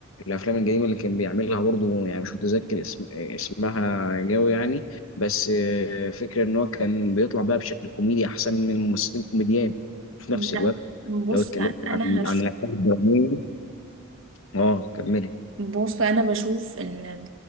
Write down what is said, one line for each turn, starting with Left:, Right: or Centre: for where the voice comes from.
Left: الافلام القديمه اللي كان بيعملها برضه يعني مش متذكر اسم اسمها قوي يعني بس آه، فكره ان هو كان بيطلع بقى بشكل كوميدي احسن من ممثلين كوميديان وفي
Right: لا
Left: نفس الوقت
Right: بص
Left: لو اتكلمت عن
Right: انا هش
Left: عن الافلام الدراميه اه كملي
Right: بص انا بشوف ان